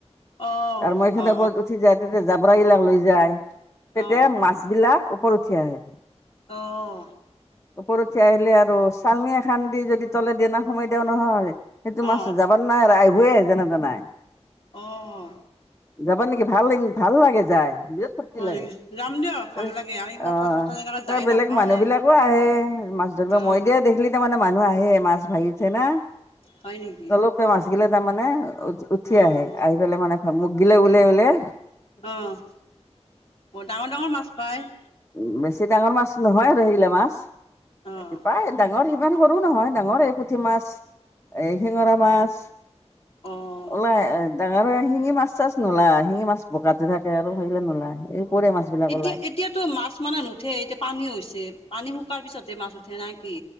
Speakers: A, on the left; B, on the left.
A: অ
B: আৰু মৈখনৰ
A: অ অ
B: ওপৰত উঠি যাই তেতিয়া জাবৰা বিলাক লৈ যায় তেতিয়া
A: অ অ
B: মাছ বিলাক ওপৰত উঠি আহে।
A: অহ।
B: ওপৰত উঠি আহিলে আৰু চালনি এখন দি যদি তলে দি সোমাই দিয়া নহয় সেইটো
A: অ অ
B: মাছ যাবা ন ৱাৰে আহিবই যেনে তেনে
A: অহ
B: যাবা নেকি ভাল ভাল লাগে যায়। বিৰাত ফূৰ্তি
A: হয়
B: লাগে
A: নেকি যাম দিয়ক ভাল
B: এ
A: লাগে আমি পথাৰ
B: অ
A: চথাৰ এনেকৈ যাই
B: ত বেলেগ
A: নাপাওঁৱেই
B: মানুহ বিলাক আহে মাছ ধৰিব
A: অঁ
B: মই দিয়া দেখিলি তাৰমানে মানুহ আহে মাছ ভৰি উঠে না
A: হয় নেকি?
B: তলপে মাছ গিলে তাৰমানে উঠি
A: অঁ
B: আহে
A: অঁ
B: আহি পেলাই মানে মুখ গিলা ওলাই ওলাই
A: অঁ, ডাঙৰ ডাঙৰ মাছ পায়?
B: উম বেছি ডাঙৰ মাছ নহয়, আৰু সেইগিলা মাছ
A: অঁ
B: প্ৰায় ডাঙৰ ইমান সৰু নহয়, ডাঙৰ এই পুঠি মাছ, এ শিঙৰা মাছ।
A: অঁ
B: ওলাই আহ ডাঙৰ শিঙি মাছ চাছ নোলায় শিঙি মাছ বোকাতে থাকে আৰু হেইগিলা নোলায়
A: অঁ
B: এই গৰৈ মাছ বিলাক
A: এতিয়া
B: ওলায়।
A: এতিয়াতো মাছ মানে নুঠে এতিয়া পানী হৈছে, পানী শুকোৱাৰ পিছতে মাছ উঠে না কি?